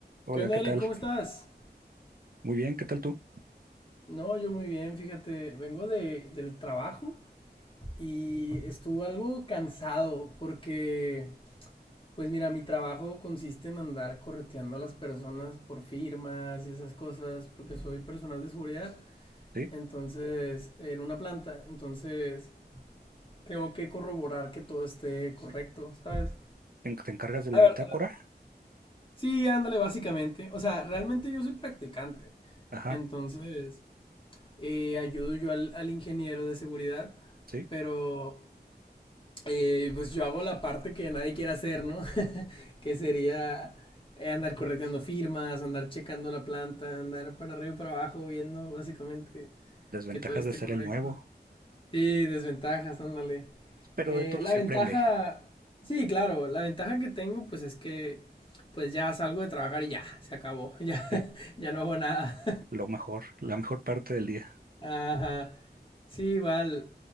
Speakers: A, on the right; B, on the left.
A: Hola,
B: ¿Qué onda,
A: ¿qué
B: Eric?
A: tal?
B: ¿Cómo estás?
A: Muy bien, ¿qué tal tú?
B: No, yo muy bien, fíjate, vengo de, del trabajo y estuve algo cansado porque, pues mira, mi trabajo consiste en andar correteando a las personas por firmas y esas cosas, porque soy personal de seguridad,
A: ¿Sí?
B: entonces, en una planta, entonces tengo que corroborar que todo esté correcto, ¿sabes?
A: ¿Te, en- te encargas de la
B: A ver,
A: bitácora?
B: sí, ándale, básicamente. O sea, realmente yo soy practicante.
A: Ajá,
B: Entonces, eh, ayudo yo al, al ingeniero de seguridad,
A: sí.
B: pero eh, pues yo hago la parte que nadie quiere hacer, ¿no? <laughs> Que sería eh, andar correteando firmas, andar checando la planta, andar para arriba y para abajo, viendo básicamente
A: Desventajas
B: que todo esté
A: de ser
B: correcto.
A: el nuevo.
B: Sí, desventajas, ándale.
A: Pero
B: Eh,
A: de todo
B: la
A: se
B: ventaja,
A: aprende,
B: sí, claro, la ventaja que tengo pues es que pues ya salgo de trabajar y ya, se acabó, <laughs> ya,
A: ¿sí?
B: ya no hago nada.
A: Lo mejor, la mejor parte del día.
B: Ajá. Sí, igual.